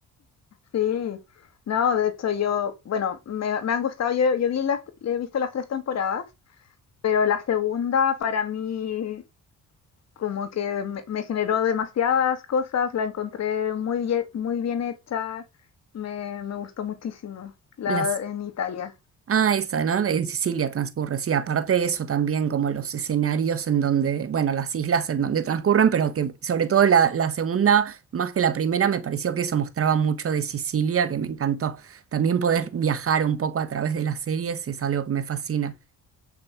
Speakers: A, on the left (about 60°); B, on the right (about 50°).
A: sí. No, de hecho yo, bueno, me, me han gustado, yo, yo vi las, he visto las tres temporadas, pero la segunda para mí como que me, me generó demasiadas cosas, la encontré muy bien, muy bien hecha, me, me gustó muchísimo la
B: Las,
A: en Italia.
B: Ah, esa, ¿no? En Sicilia transcurre, sí. Aparte de eso también, como los escenarios en donde, bueno, las islas en donde transcurren, pero que sobre todo la, la segunda, más que la primera, me pareció que eso mostraba mucho de Sicilia, que me encantó. También poder viajar un poco a través de las series es algo que me fascina.